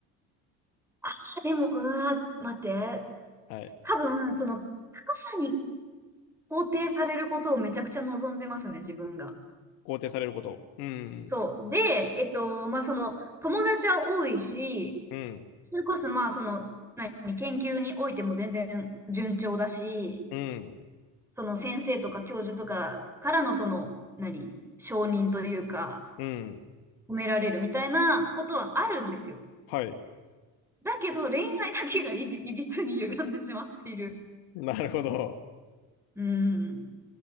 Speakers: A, in the centre; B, on the left.
A: あー、でも、うわー、待って。
B: はい。
A: 多分、その、他者に肯定されることをめちゃくちゃ望んでますね、自分が。
B: 肯定されること。うん、
A: そう。で、えっと、まあ、その、友達は多いし、
B: うん、
A: それこそ、まあ、その、何、研究においても全然順調だし、
B: うん、
A: その先生とか教授とかからのその、何、承認というか、
B: うん。
A: 褒められるみたいなことはあるんですよ。
B: はい。
A: だけど、恋愛だけがいじ、いびつに歪んでしまっている。
B: なるほど。
A: うん。